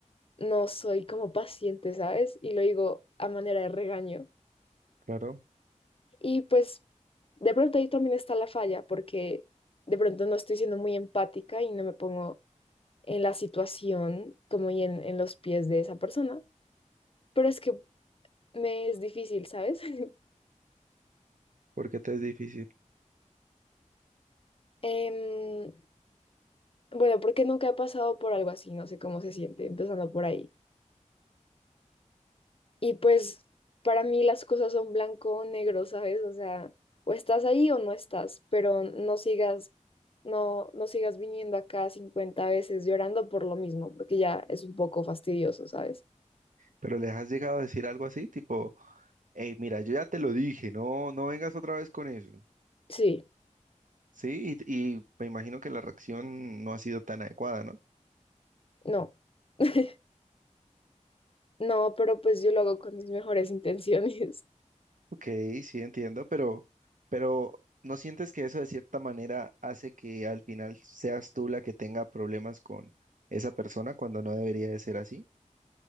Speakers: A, on the left (about 45°); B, on the right (about 85°).
A: no soy como paciente, ¿sabes? Y lo digo a manera de regaño.
B: Claro,
A: Y pues, de pronto ahí también está la falla, porque de pronto no estoy siendo muy empática y no me pongo en la situación como y en, en los pies de esa persona, pero es que me es difícil, ¿sabes? <laughs>
B: porque te es difícil.
A: Em, bueno, porque nunca he pasado por algo así, no sé cómo se siente, empezando por ahí. Y pues para mí las cosas son blanco o negro, ¿sabes? O sea, o estás ahí o no estás, pero no sigas, no, no sigas viniendo acá 50 veces llorando por lo mismo, porque ya es un poco fastidioso, ¿sabes?
B: Pero les has llegado a decir algo así, tipo, hey, mira, yo ya te lo dije, no, no vengas otra vez con eso.
A: Sí,
B: Sí, y, y me imagino que la reacción no ha sido tan adecuada, ¿no?
A: no. <laughs> No, pero pues yo lo hago con mis mejores intenciones.
B: Ok, sí, entiendo, pero, pero ¿no sientes que eso de cierta manera hace que al final seas tú la que tenga problemas con esa persona cuando no debería de ser así?